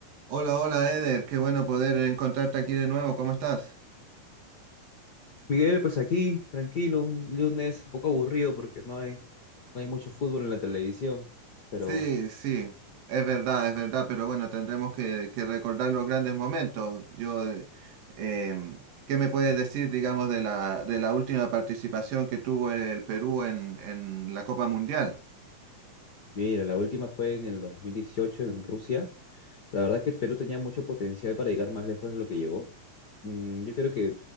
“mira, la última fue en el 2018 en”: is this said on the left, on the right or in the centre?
Left